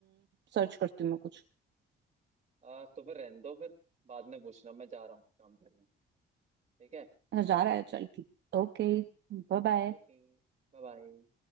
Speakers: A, on the right (about 65°); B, on the right (about 35°).
A: सर्च करती हूँ मैं कुछ
B: आ, तो फिर रहने दो फिर बाद में पूछना मैं जा रहा हूँ काम करने ठीक है
A: अच्छा जा रहा है चल ठीक ओके Bye bye
B: Okay bye bye